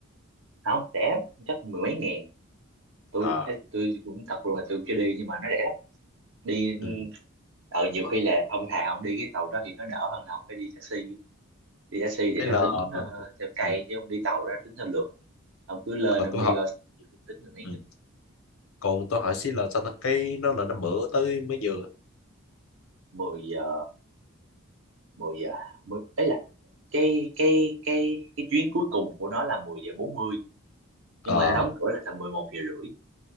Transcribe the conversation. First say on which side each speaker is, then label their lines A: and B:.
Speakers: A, on the right; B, on the left.
A: không rẻ lắm chắc mười mấy ngàn tôi
B: à
A: ê, tôi cũng thật luôn là tôi chưa đi nhưng mà nó rẻ lắm đi
B: ừ
A: ờ nhiều khi là ông thà ông đi cái tàu đó thì nó đỡ hơn là ông phải đi taxi đi taxi thì
B: ấy
A: nó
B: là
A: tính
B: ờ,
A: ờ, theo cây
B: ừ
A: chứ ông đi tàu ra tính theo lượt ông cứ lên
B: Ờ,
A: ông
B: tôi
A: đi
B: hỏi
A: bao tính mười mấy
B: ừ.
A: nghìn
B: còn tôi hỏi xí là sao ta- cái nó là nó mở tới mấy giờ
A: mười giờ mười giờ mười ấy là cái cái cái cái chuyến cuối cùng của nó là mười giờ bốn mươi nhưng
B: à
A: mà nó đóng cửa là tầm 11 giờ rưỡi